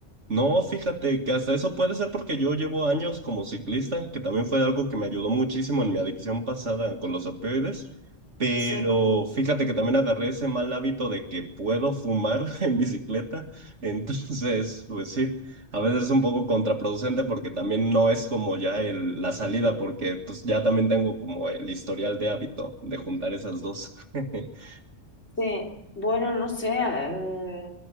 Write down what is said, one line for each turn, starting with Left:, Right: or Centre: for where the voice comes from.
Right: No, fíjate que hasta eso puede ser porque yo llevo años como ciclista, que también fue algo que me ayudó muchísimo en mi adicción pasada con los opioides, pero
Left: Sí.
Right: fíjate que también agarré ese mal hábito de que puedo fumar <laughs> en bicicleta, entonces, pues sí, a veces es un poco contraproducente porque también no es como ya el, la salida, porque pues ya también tengo como el historial de hábito de juntar esas dos. <laughs>
Left: Sí, bueno, no sé, eh, mm,